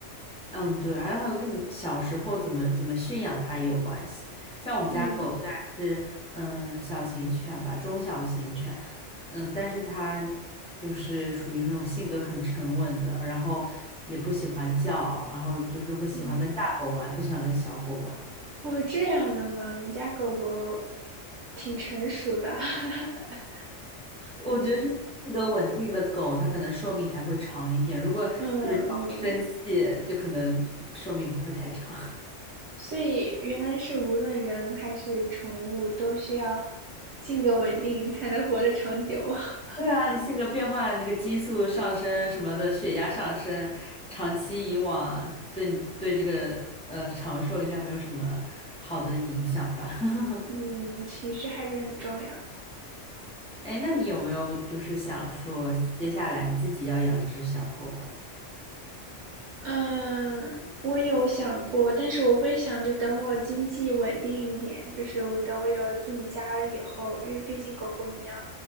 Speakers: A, in the centre; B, on the right (about 80°).
A: 嗯，对，然后还有跟你小时候怎么怎么驯养它也有关系。像我们家狗虽然是嗯小型犬吧，
B: 嗯
A: 中小型犬，嗯，但是它就是属于那种性格很沉稳的，然后也不喜欢叫，然后就是会喜欢跟大狗玩，
B: 嗯，
A: 不喜欢跟小狗玩。
B: 哦，这样的吗？你家狗狗挺成熟的。<laughs>
A: 我觉得就是性格稳定的狗，它可能寿命才会长一点。如果就是常生气，
B: 嗯嗯，
A: 就可能寿命不会太长。
B: 所以原来是无论人还是宠物都需要性格稳定才能活得长久。<laughs>
A: 对啊，你性格变化，那个激素上升什么的，血压上升，长期以往对你对这个呃长寿应该没有什么好的影响吧？<laughs>
B: 嗯，情绪还是很重要。
A: 哎那你有没有就是想说，接下来你自己要养一只小狗啊？
B: 嗯，我有想过，但是我会想着等我经济稳定一点，就是我等我有了自己家了以后，因为毕竟狗狗你要